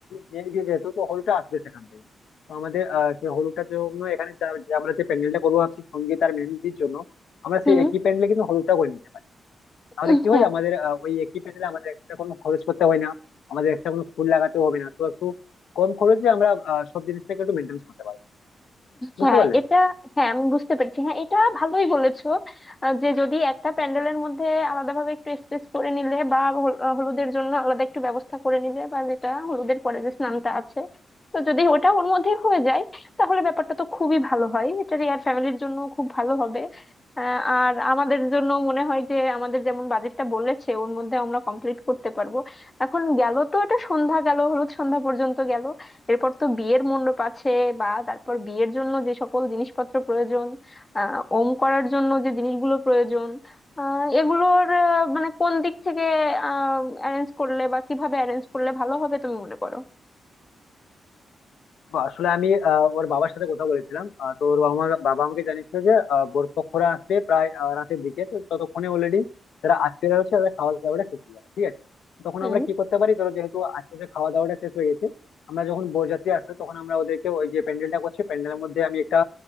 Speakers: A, on the left (about 80°); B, on the left (about 20°).
A: মেয়ের বিয়ে যেহেতু তো হলুদটা আসবে সেখান থেকে তো আমাদের আহ সেই হলুদটার জন্য এখানে যা- যে আমরা যে প্যান্ডেলটা করবো ভাবছি সঙ্গীত আর মেহেন্দির জন্য আমরা সেই
B: হুম
A: একই প্যান্ডেলে কিন্তু হলুদটা করে নিতে পারি তাহলে
B: উম,
A: কি
B: হ্যাঁ
A: হয় আমাদের আহ, ওই একই প্যান্ডেলে আমাদের একটা কোনো খরচ করতে হয় না আমাদের একটা কোনো ফুল লাগাতে হবে না তো একটু কম খরচে আমরা আহ, সব জিনিসটাকে একটু মেনটেন করতে পারবো বুঝতে
B: হ্যাঁ
A: পারলে
B: এটা হ্যাঁ আমি বুঝতে পেরেছি হ্যাঁ এটা ভালোই বলেছো আহ, যে যদি একটা প্যান্ডেলের মধ্যে আলাদাভাবে একটু স্পেস করে নিলে বা হল- আহ, হলুদের জন্য আলাদা একটু ব্যবস্থা করে নিলে বা যেটা হলুদের পরে যে স্নানটা আছে তো যদি ওটা ওর মধ্যে হয়ে যায় তাহলে ব্যাপারটা তো খুবই ভালো হয় এটা রিয়ার ফ্যামিলির জন্য খুব ভালো হবে আহ, আর আমাদের জন্য মনে হয় যে আমাদের যেমন বাজেটটা বলেছে ওর মধ্যে আমরা কমপ্লিট করতে পারবো এখন গেল তো এটা সন্ধ্যা গেল হলুদ সন্ধ্যা পর্যন্ত গেল এরপর তো বিয়ের মণ্ডপ আছে বা তারপর বিয়ের জন্য যে সকল জিনিসপত্র প্রয়োজন আহ ওম করার জন্য যে জিনিসগুলো প্রয়োজন আহ এগুলোর আহ, মানে কোন দিক থেকে আহ অ্যারেঞ্জ করলে বা কিভাবে অ্যারেঞ্জ করলে ভালো হবে তুমি মনে করো
A: তো আসলে আমি আহ, ওর বাবার সাথে কথা বলেছিলাম আহ, তো ওর বাবা বাবা আমাকে জানিয়েছিল যে আহ, বরপক্ষরা আসবে প্রায় আহ, রাতের দিকে তো ততক্ষণে অলরেডি যারা আত্মীয়রা রয়েছে তাদের খাওয়া দাওয়াটা শেষ হয়ে যাবে ঠিক আছে তো তখন
B: হুম
A: আমরা কি করতে পারি ধরো যেহেতু আত্মীয়দের খাওয়া দাওয়াটা শেষ হয়ে গেছে আমরা যখন বরযাত্রী আসবে তখন আমরা ওদেরকে ওই যে প্যান্ডেলটা করছে প্যান্ডেলের মধ্যে আমি একটা